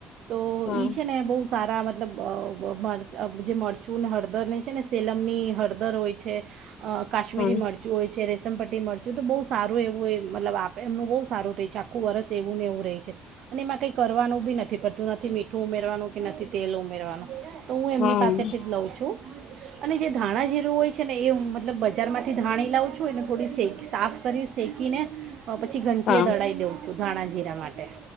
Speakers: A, on the right (about 70°); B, on the left (about 65°).
A: તો
B: હા
A: ઈ છે ને બહુ સારા મતલબ મ જે મરચુંને હળદરને છે ને સેલમની હળદર હોય છે કાશ્મીરી
B: હા
A: મરચું હોય છે રેસમ પટી મળ ચુ જો તો બહુ સારું એવું એ મતલબ આપ એમનું બહુ સારું રહે છે આખું વરસ એવું ને એવું રહે છે અને એમાં કંઈ કરવાનું બી નથી પડતું નથી મીઠું ઉમેરવાનું કે નથી તેલ ઉમેરવાનું તો હું એમની
B: હા
A: પાસેથી જ લઉં છું. અને જે ધાણા જીરું હોય છે ને એ હું મતલબ બજાર માંથી ધાણી લાવં છું ને થોડી સેક સાફ કરી શેકીને હ પછી ઘંટીએ
B: હા
A: દળાવી દો સુઢાણા જીરા માટે